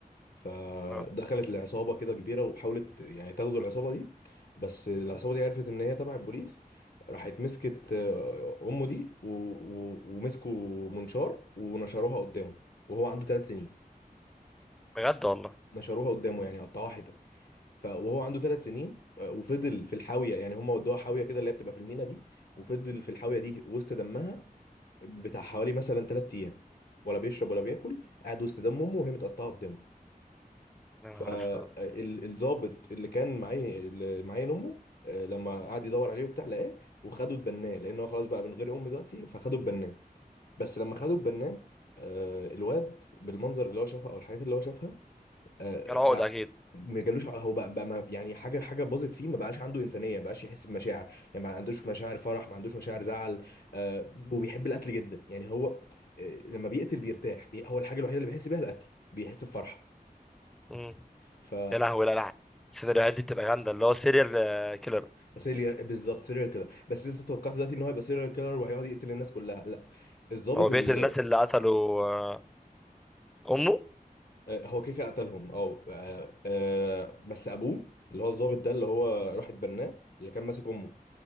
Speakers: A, on the left; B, in the centre.
A: فدخلت
B: آه.
A: العصابة كده كبيرة وحاولت يعني تغزو العصابة دي بس العصابة دي عرفت ان هي تبع البوليس راحت مسكت آه، امه دي و... و... ومسكوا منشار ونشروها قدامه وهو عنده ثلاث سنين
B: بجد والله
A: نشروها قدامه يعني قطعوها حتت ف... وهو عنده ثلاث سنين آه، وفضل في الحاوية يعني هم ودوها حاوية كده اللي هي بتبقى في المينا دي وفضل في الحاوية دي وسط دمها بتاع حوالي مثلا ثلاث ايام ولا بيشرب ولا بياكل قاعد وسط دم امه وهي متقطعة قدامه
B: يا
A: فالظابط
B: نهار اسود
A: اللي كان معايا اللي معايا امه آه، لما قعد يدور عليه وبتاع لقاه وخده اتبناه لان هو خلاص بقى من غير امي دلوقتي فخده اتبناه بس لما خده اتبناه آه، الواد بالمنظر اللي هو شافها او الحاجات اللي هو شافها آه،
B: كان عقد
A: بقى
B: اكيد
A: ما جالوش ع- هو بقى, بقى ما- يعني حاجه حاجه باظت فيه ما بقاش عنده انسانيه ما بقاش يحس بمشاعر يعني ما عندوش مشاعر فرح ما عندوش مشاعر زعل آه، وبيحب القتل جدا يعني هو آه، لما بيقتل بيرتاح بي- هو الحاجه الوحيده اللي بيحس بيها القتل بيحس بفرحه
B: مم.
A: ف
B: يا لهوي لا لا السيناريوهات دي بتبقى جامده اللي هو سيريال كيلر
A: سيريال بالظبط سيريال كيلر بس انت توقعت دلوقتي ان هو هيبقى سيريال كيلر وهيقعد يقتل الناس كلها لا الضابط
B: هو بيقتل
A: اللي
B: الناس اللي قتلوا آه، امه
A: آه، هو كده كده قتلهم اه آه، آه، بس ابوه اللي هو الضابط ده اللي هو راح اتبناه اللي كان ماسك امه